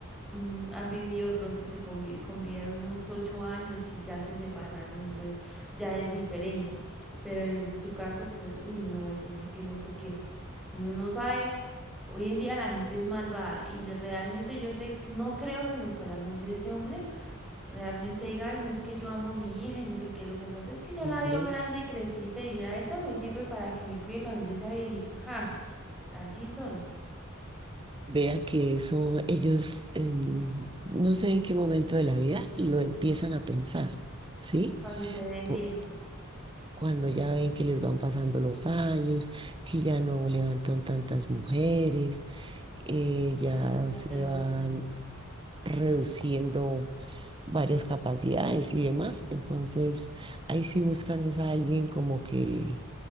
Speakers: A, in the centre; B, on the right.
A: mm, han vivido, de pronto se convi- convivieron unos ocho años y ya se separaron, entonces ya es diferente. Pero en su caso, pues, uy, no, eso sí que no, porque uno no sabe, hoy en día la gente es malvada y le- realmente yo sé, que- no creo que en el corazón de ese hombre realmente diga, ay, no es que yo amo a mi hija y no sé qué, lo que pasa es que ya
B: No,
A: la veo grande y crecita y dirá, esa me sirve para que me cuide cuando yo sea viejito. Ja, así son
B: vea que eso ellos en- no sé en qué momento de la vida lo empiezan a pensar, ¿sí?
A: cuando se ven
B: Po-
A: viejos,
B: cuando ya ven que les van pasando los años, que ya no levantan tantas mujeres, eh, ya
A: las cosas
B: se
A: de los
B: van
A: hijos.
B: reduciendo varias capacidades y demás. Entonces, ahí sí buscan es a alguien como que,